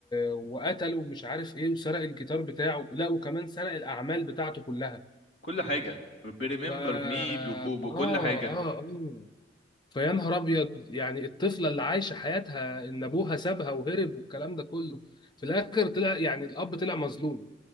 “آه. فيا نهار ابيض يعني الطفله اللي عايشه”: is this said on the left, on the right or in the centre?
Left